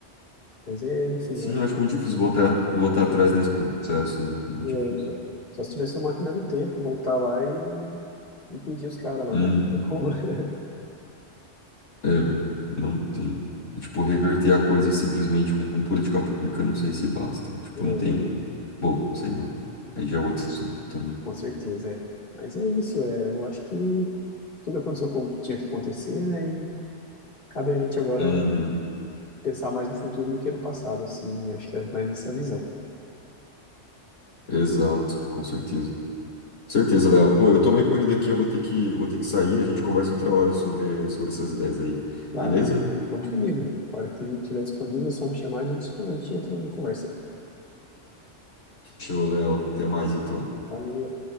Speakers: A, on the left; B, on the left.
A: Mas é, enfim,
B: sim,
A: eu acho
B: eu acho
A: que
B: muito difícil
A: seria,
B: voltar, voltar
A: é,
B: atrás nesse processo, né? É Muito
A: é,
B: difícil.
A: então. Só se tivesse uma máquina do tempo e voltar lá e, e pedir os caras lá,
B: Uhum.
A: mas não tem como, né? <laughs>
B: É, não tem. Tipo, reverter a coisa simplesmente com política pública, não sei se basta. Tipo,
A: É,
B: não tem. Bom, sei lá. Aí já é outro assunto também.
A: com certeza, é. Mas é isso, é, eu acho que tudo aconteceu como tinha que acontecer, né? E cabe a gente agora
B: Uhum.
A: pensar mais no futuro do que no passado, assim, acho que é mais essa visão.
B: Exato, com certeza. Certeza, Léo. Pô, eu tomei corrida aqui, eu vou ter que, vou ter que sair. A gente conversa outra hora sobre, sobre essas ideias aí.
A: Claro,
B: Beleza?
A: conte comigo. A hora que estiver disponível, é só me chamar, a gente, a gente entra numa conversa.
B: Show, Léo. Até mais então.
A: Valeu.